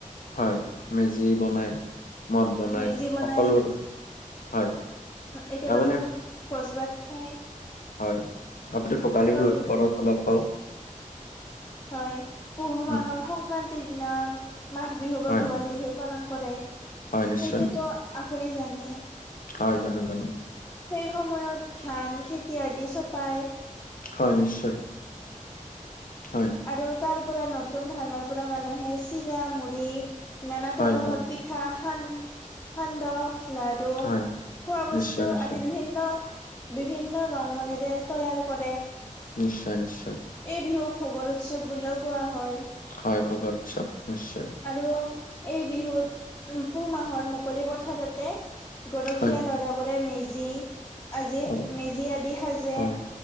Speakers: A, on the left; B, on the left.
A: হয়, মেজি বনাই মদ বনাই
B: মেজি বনাই
A: সকলোৰে, হয়।
B: একেলগে
A: আপুনি
B: ভোজ-ভাত খায়।
A: হয় আপুনি ভোগালী বিহুৰ
B: বুলি
A: ওপৰত
B: কয়
A: অলপ কওঁক।
B: হয় পুহু মাহৰ
A: উম,
B: সংক্ৰান্তিৰ দিনা মাঘ বিহু বা
A: হয়,
B: ভোগালী বিহু পালন কৰে।
A: হয়,
B: সেইটোতো
A: নিশ্চয়।
B: আপুনি জানে।
A: হয় জানো জানো।
B: সেই সময়ত ধান খেতি আদি চপায়।
A: হয় নিশ্চয় হয়।
B: আৰু তাৰ পৰা নতুন ধানৰ পৰা মানুহে চিৰা, মুড়ি নানা তৰহৰ
A: হয়, হয়,
B: পি পিঠা, সান-সান্দহ, লাডু
A: হয়,
B: খোৱা বস্তু
A: নিশ্চয়, নিশ্চয়,
B: আদি বিভিন্ন বিভিন্ন ৰমনেৰে তৈয়াৰ কৰে।
A: নিশ্চয় নিশ্চয়।
B: এই বিহুক ভোগৰ উৎসৱ বুলিও কোৱা হয়।
A: হয়, ভোগৰ উৎসৱ নিশ্চয়।
B: আৰু এই বিহুত পুহ মাহৰ মুকলি পথাৰতে গৰখীয়া
A: হয়,
B: লৰা তাৰপৰে মেজি আজি
A: অ',
B: মেজি আদি সাজে।
A: হয়,